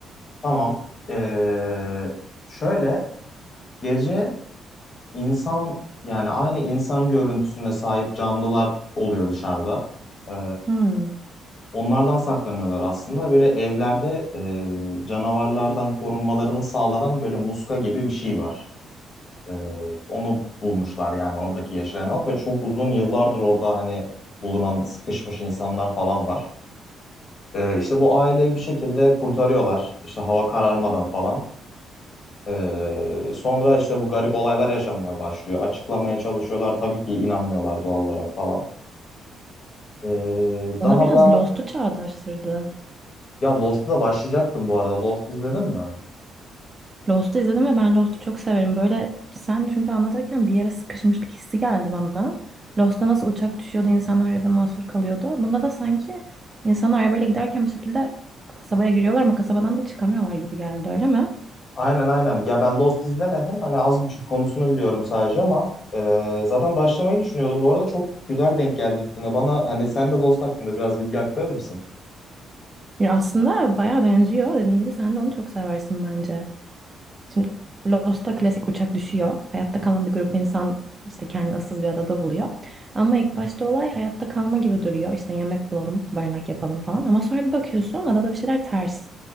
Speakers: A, on the left (about 45°); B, on the right (about 25°).
A: Tamam. Ee, şöyle gece insan yani aynı insan görüntüsüne sahip canlılar oluyor dışarıda. Ee,
B: Hmm.
A: onlardan saklanıyorlar aslında. Böyle evlerde e, canavarlardan korunmalarını sağlanan böyle muska gibi bir şey var. Ee, onu bulmuşlar yani oradaki yaşayan halk ve çok uzun yıllardır orada hani bulunan sıkışmış insanlar falan var. Ee, işte bu aileyi bir şekilde kurtarıyorlar. İşte hava kararmadan falan. Ee, sonra işte bu garip olaylar yaşanmaya başlıyor. Açıklamaya çalışıyorlar. Tabii ki inanmıyorlar doğal olarak falan. Ee,
B: Bana
A: daha
B: biraz
A: da
B: Lost'u çağrıştırdı.
A: ya Lost'u da başlayacaktım bu arada. Lost izledin mi?
B: Lost'u izledim ve ben Lost'u çok severim. Böyle sen çünkü anlatırken bir yere sıkışmışlık hissi geldi bana. Lost'ta nasıl uçak düşüyordu, insanlar arada mahsur kalıyordu. Bunda da sanki insanlar arabayla giderken bir şekilde kasabaya giriyorlar ama kasabadan da çıkamıyorlar gibi geldi, öyle mi?
A: Aynen aynen. Ya ben Lost izlemedim. Hani az buçuk konusunu biliyorum sadece ama e, zaten başlamayı düşünüyordum. Bu arada çok güzel denk geldi üstüne. Bana hani sen de Lost hakkında biraz bilgi aktarır mısın?
B: Ya aslında bayağı benziyor. Dediğin gibi sen de onu çok seversin bence. Şimdi Lost'ta klasik uçak düşüyor. Hayatta kalan bir grup insan işte kendini ıssız bir adada buluyor. Ama ilk başta olay hayatta kalma gibi duruyor. İşte yemek bulalım, barınak yapalım falan. Ama sonra bir bakıyorsun adada bir şeyler ters.